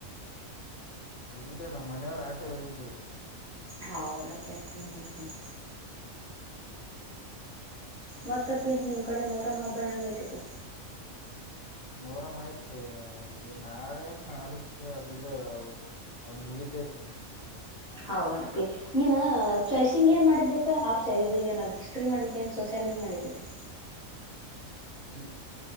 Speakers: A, on the left; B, in the centre.
A: ಇಲ್ರರಿ ನಮ್ ಮನೆಯವ್ರ ಆಟೆ ಹೋಗಿದ್ದೇವ್ರೀ
B: ಹೌದನಪ್ಪಿ ಹ್ಮ್ ಹ್ಮ್ ಹ್ಮ್ ಮತ್ತಪಿ ನಿಮ್ ಕಡೆ ಮೂರಮ್ಮ ಅಬ್ಬ ಹೆಂಗ ಐತೆಪಿ
A: ಮೋರ್ ಆತ್ರಿ ಈ ನಾಳೆ ಏನ್ ನಾಡಿದ್ದ ಅದಿದ್ದಾವ ಅವು ಅದು ಮುಗಿತೇತ್ರಿ
B: ಹೌದನಪ್ಪಿ ನೀನ್ ಚಾಯ್ಸಿಂಗ್ ಏನ್ ಮಾಡಿದ್ದ್ಯಪ್ಪಾ ಆಪ್ಷಾ ಇದು ಏನಾದ್ ಹಿಸ್ಟ್ರಿ ಮಾಡಿದ್ದೆ ನ್ ಸೋಸ ಇಲ್ ಮಾಡಿದ್ದ ಅಪ್ಪಿ
A: ಇ